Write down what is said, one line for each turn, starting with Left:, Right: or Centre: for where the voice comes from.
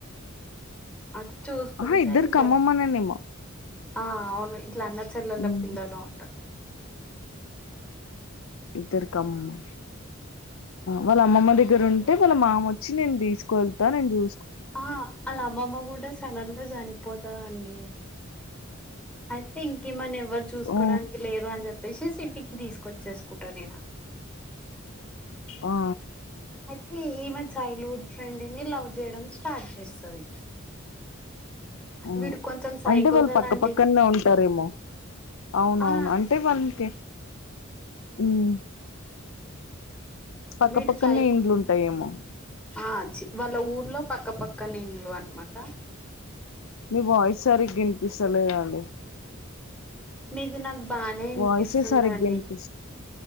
Centre: అది చూసుకుంటే
Left: ఆహా ఇద్దరికి
Centre: ఇంకా
Left: అమ్మమ్మనేనేమో
Centre: ఆ అవును ఇట్లా అన్న చెల్లల
Left: ఉమ్,
Centre: పిల్లలు ఉంటరు
Left: ఇద్దరి కమ్మ వాళ్ల అమ్మమ్మ దగ్గర ఉంటే వాళ్ల మామ వచ్చి నేను తీసుకెళ్తా నేను చూ
Centre: ఆ వాళ్ల అమ్మమ్మ కూడా సడన్ గా చనిపోతదండి అయితే ఇంక ఈమని ఎవ్వరు చూసుకోడానికి
Left: ఓ
Centre: లేరు అని చెప్పేసి సి టికి తీసుకొచ్చేసుకుంటాను నేనా
Left: ఆ
Centre: అయితే ఈమె చైల్డ్ హుడ్ ఫ్రెండ్ ని లవ్ చేయడం స్టార్ట్ చేస్తది
Left: ఉమ్
Centre: వీడు కొంచెం సైకో
Left: అంటే వాళ్ళు
Centre: కదండి
Left: పక్కపక్కనే ఉంటారేమో అవునవును
Centre: ఆ
Left: అంటే వాళ్లకి ఉమ్ పక్కపక్కనే
Centre: వీడు సైకో
Left: ఇండ్లుంటాయేమో
Centre: ఆ చి వాళ్ల ఊర్లో పక్క పక్క ఇండ్లు అన్నమాట
Left: మీ వాయిస్ సరిగ్గా ఇనిపిస్తలేదండి
Centre: మీది నాకు బానే ఇనిపిస్తుంది
Left: వాయిసే సరిగ్గా
Centre: అండి
Left: వినిపిస్